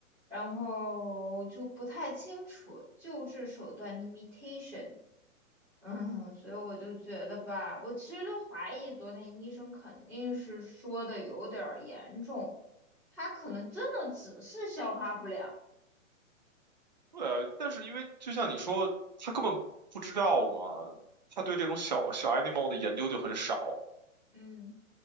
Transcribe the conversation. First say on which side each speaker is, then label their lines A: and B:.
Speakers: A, in the centre; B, on the right.
A: 然后就不太清楚救治手段 limitation。嗯，所以我就觉得吧，我其实就怀疑昨天医生肯定是说的有点儿严重，他可能真的只是消化不良。
B: 对啊，但是因为就像你说，他根本不知道嘛，他对这种小小 animal 的研究就很少，
A: 嗯。